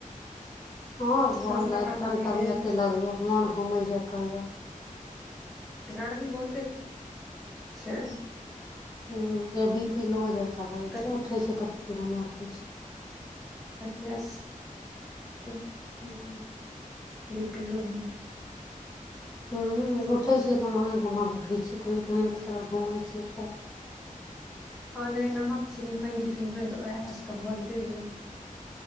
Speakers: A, on the left (about 25°); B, in the centre.
A: हँ भऽ
B: नाश्ता
A: गेल
B: पानी
A: पता न
B: भेल
A: तबियते लगे या मोन घूमे जकाँ ये
B: गर्मी बहुते छै
A: हूं जे बी पी लो जकाँ लगै
B: तऽ
A: छै उठे छै तऽ घमा दै छै
B: गस <unintelligible>
A: हूँ
B: बि पि लो म
A: हूं उठे छियै तऽ मोने घूम लगै छै तयो के कनी घूमे छियै
B: हँ नहि नमक चीनी पानी दू तीन बेर घोल पिबो